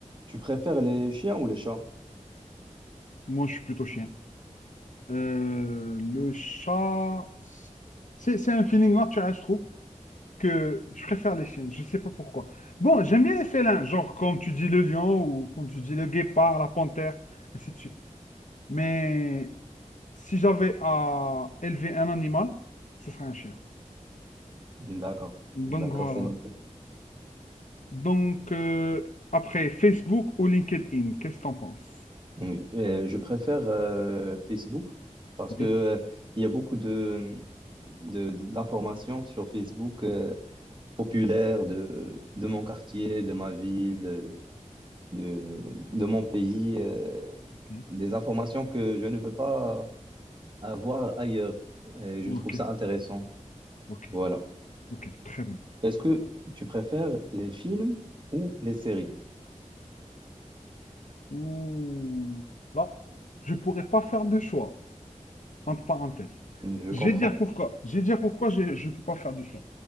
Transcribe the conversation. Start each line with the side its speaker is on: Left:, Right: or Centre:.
Right: Tu préfères les chiens ou les chats?
Left: Moi, je suis plutôt chien. Euh, le chat, c'est c'est un feeling naturel, je trouve, que je préfère les chiens. Je sais pas pourquoi. Bon, j'aime bien les félins, genre comme tu dis le lion ou comme tu dis le guépard, la panthère, ainsi de suite. Mais si j'avais à élever un animal, ce serait un chien.
Right: D'accord,
Left: Donc
Right: d'accord,
Left: voilà.
Right: c'est noté.
Left: Donc euh, après, Facebook ou LinkedIn, qu'est-ce que t'en penses?
Right: Oui. Euh, je préfère euh, Facebook parce
Left: Oui.
Right: que euh, il y a beaucoup de, de- d'informations sur Facebook euh, populaires de, de mon quartier, de ma ville, de, de, de mon pays, euh,
Left: Ok,
Right: des informations que je ne peux pas avoir ailleurs. Et je
Left: ok,
Right: trouve ça intéressant.
Left: ok,
Right: Voilà.
Left: ok, très bien.
Right: Est-ce que tu préfères les films ou les séries?
Left: Ouh, là, je pourrais pas faire de choix, entre parenthèses.
Right: Je
Left: Je
Right: comprends.
Left: vais dire pourquoi. Je vais dire pourquoi je ne peux pas faire de choix.